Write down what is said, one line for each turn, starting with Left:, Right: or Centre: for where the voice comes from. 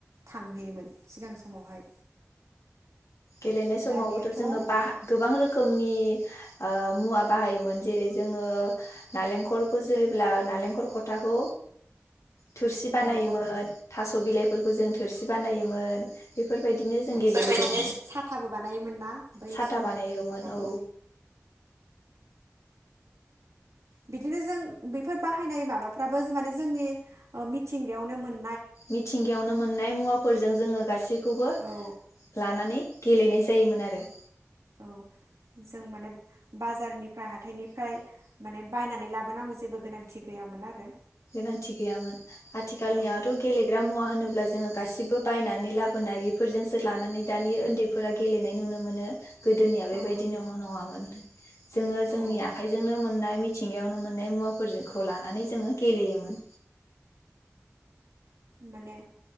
Right: थांहोयोमोन सिगां समावहाय।
Left: गेलेनाय समावबोथ'
Right: दानियाथ'
Left: जोङो
Right: औ
Left: बा गोबां रोखोमनि ओ मुवा बाहायोमोन जेरै जोङो नालेंखलखौ जोयोब्ला नालेंखरखौ थाखौ थुरसि बानायोमोन
Right: औ औ
Left: थास' बिलाइ फोरखौ जों थोरसि बानायोमोन बेफोरबायदिनो जों गेलेबोदोंमोन।
Right: साथाबो साथाबो बानायोमोन ना? बै
Left: साथा
Right: समाव
Left: बानायोमोन
Right: माबाखौ
Left: औ
Right: बिदिनो जों बेफोर बाहायनाय माबाफ्राबो माने जोंनि मिथिंगायावनो मोन
Left: मिथिंगायावनो मोननाय मुवाफोरजों जोङो गासैखौबो
Right: औ
Left: लानानै गेलेनाय जायोमोन आरो
Right: औ जों माने बाजारनिफ्राय हाथायनिफ्राय माने बायनानै लाबोनांगौ जेबो गोनांथि गैयामोन आरो
Left: गोनांथि गैयामोन आथिखालनियावथ'
Right: औ
Left: गेलेग्रा मुवा होनोब्ला जोङो गासिबो बायनानै लाबोनाय बेफोरजोंसो लानानै दानि ओन्दैफोरा गेलेनाय नुनो मोनो। गोदोनिया
Right: औ
Left: बेबायदि न' नङामोन। जोङो
Right: औ
Left: जोंनि आखाइजोंनो मोननाय थिंगायावनो मोननाय मुवाफोरखौ लानानै जोङो गेलेयोमोन।
Right: माने